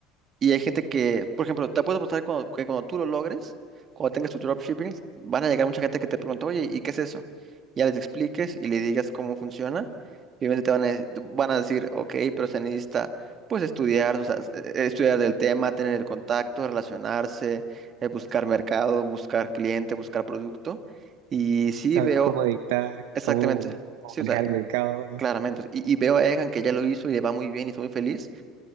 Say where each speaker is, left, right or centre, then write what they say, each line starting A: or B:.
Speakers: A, on the right; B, on the right.
A: Y hay gente que, por ejemplo, te puedo apostar cuando- que cuando tú lo logres, cuando tengas tu dropshipping, van a llegar mucha gente que te pregunta, oye, ¿y qué es eso? Ya les expliques y les digas cómo funciona. Y obviamente te van a, de- van a decir, ok, pero se necesita, pues, estudiar, o sea, s- eh, estudiar del tema, tener el contacto, relacionarse, eh, buscar mercado, buscar cliente, buscar producto. Y sí
B: Saber
A: veo
B: cómo dictar,
A: exactamente,
B: cómo, cómo
A: sí,
B: manejar
A: o sea,
B: el mercado.
A: claramente. Y, y veo a Egan que ya lo hizo y le va muy bien y está muy feliz